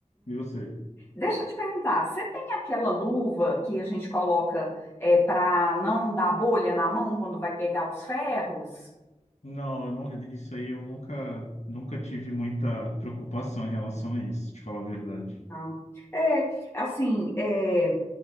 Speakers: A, on the left; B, on the left.
A: E você?
B: Deixa eu te perguntar, você tem aquela luva que a gente coloca é, para não dar bolha na mão quando vai pegar os ferros?
A: Não, eu não, isso aí eu nunca, nunca tive muita preocupação em relação a isso, te falar a verdade.
B: Ah, É, assim, é,